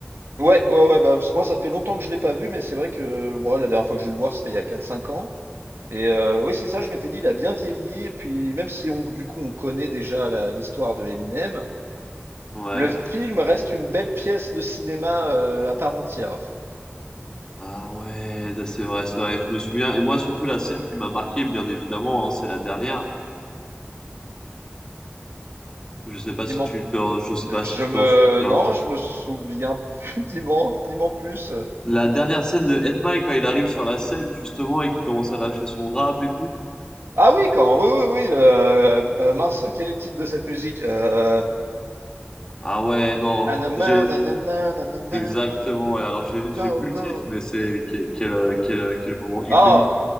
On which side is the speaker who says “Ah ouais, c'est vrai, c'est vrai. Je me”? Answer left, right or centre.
Left